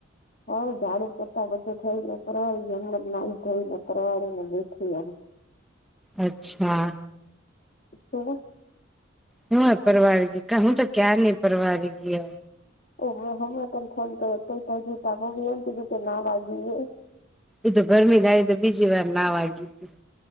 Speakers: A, on the left; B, in the centre.
A: હવે ઝાડુ પોતા બધું થઈ ને પરવાળીજમ જ ના થઈને પરવાળને બેઠી એ
B: અચ્છા
A: હહ
B: હું હ પરિવાર ગઇહું તો ક્યાાર નહી પરિવાર ગઈ
A: ઓ હમણાં તને ફોન કર્યો હજી. એમ કીધું કે નાવ આવી
B: એ તો ગરમી ધારી તો બીજી વાર ના વાગી હતીી